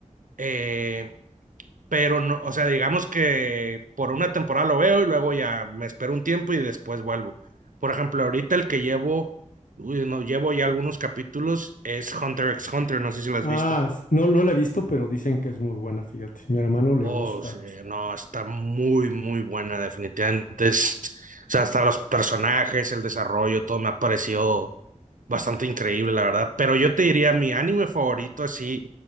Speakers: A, on the right (about 80°); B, on the left (about 80°).
A: Eh, pero no, o sea, digamos que por una temporada lo veo y luego ya me espero un tiempo y después vuelvo. Por ejemplo, ahorita el que llevo, uy, no, llevo ya algunos capítulos es Hunter x Hunter, no sé si lo has
B: Ah,
A: visto.
B: s- no, no la he visto, pero dicen que es muy buena, fíjate, mi hermano le
A: Oh,
B: gusta.
A: sí, no, está muy, muy buena, definitivamente. Es- o sea, hasta los personajes, el desarrollo, todo me ha parecido bastante increíble, la verdad. Pero yo te diría, mi anime favorito, así,